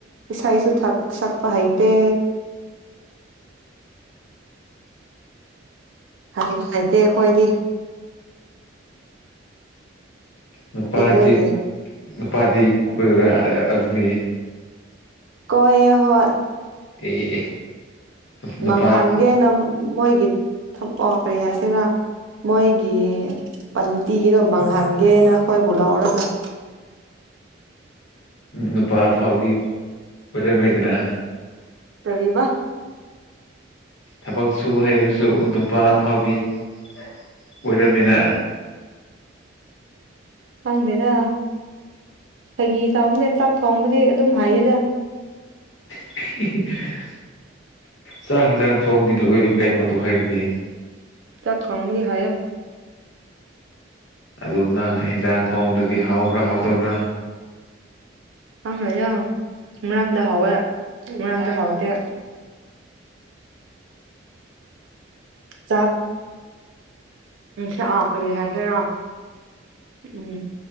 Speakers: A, on the right; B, on the left.
A: ꯏꯁꯩꯁꯨ ꯁꯛꯄ ꯍꯩꯇꯦ ꯍꯥꯏꯗꯤ ꯂꯩꯇꯦ ꯑꯩꯈꯣꯏꯗꯤ
B: ꯅꯨꯄꯥꯗꯤ
A: ꯑꯗꯨꯒꯤ
B: ꯅꯨꯄꯥꯗꯤ ꯀꯣꯏꯕ꯭ꯔꯥ ꯑꯗꯨꯗꯤ
A: ꯀꯣꯏ ꯍꯣꯏ
B: ꯑꯦ ꯅꯨꯄꯥ
A: ꯃꯪꯍꯟꯒꯦꯅ ꯃꯣꯏꯒꯤ ꯊ ꯑꯣ ꯀꯔꯤ ꯍꯥꯏꯁꯤꯔꯥ ꯃꯣꯏꯒꯤ ꯄꯟꯇꯤꯒꯤꯗꯣ ꯃꯥꯡꯍꯟꯒꯦꯅ ꯑꯩꯈꯣꯏꯕꯨ ꯂꯧꯔꯒ ꯎꯝ
B: ꯅꯨꯄꯥ ꯐꯥꯎꯗꯤ ꯑꯣꯏꯔꯝꯃꯦꯗꯅ
A: ꯀꯂꯤꯕ
B: ꯊꯕꯛ ꯁꯨꯕ ꯍꯩꯗ꯭ꯔꯁꯨ ꯅꯨꯄꯥ ꯐꯥꯎꯗꯤ ꯑꯣꯏꯔꯃꯤꯅ
A: ꯈꯪꯗꯦꯗ ꯐꯩꯒꯤ ꯇꯥꯔꯝꯅꯦ ꯆꯥꯛ ꯊꯣꯡꯕꯗꯤ ꯑꯗꯨꯝ ꯍꯥꯏꯌꯦꯗ
B: <unintelligible> ꯆꯥꯛ ꯌꯦꯟꯁꯥꯡ ꯊꯣꯡꯗꯤ ꯂꯣꯏꯏ ꯀꯩꯅꯣꯗ ꯍꯥꯏꯔꯗꯤ
A: ꯆ ꯀꯥꯉꯒꯤ ꯍꯥꯏ
B: ꯑꯗꯨꯕꯨ ꯅꯪꯅ ꯏꯟꯖꯥꯡ ꯊꯣꯡꯕꯗꯨꯗꯤ ꯍꯥꯎꯕ꯭ꯔꯥ ꯍꯥꯎꯇꯕ꯭ꯔꯥ
A: ꯀꯪꯉ ꯌꯥꯣ ꯃꯔꯛꯇꯗ ꯍꯥꯎꯋꯦ ꯃꯔꯇ ꯍꯥꯎꯇꯦ ꯆꯥꯛ ꯑꯁ ꯑ ꯈꯔꯤ ꯍꯥꯏ ꯐꯔ ꯎꯝ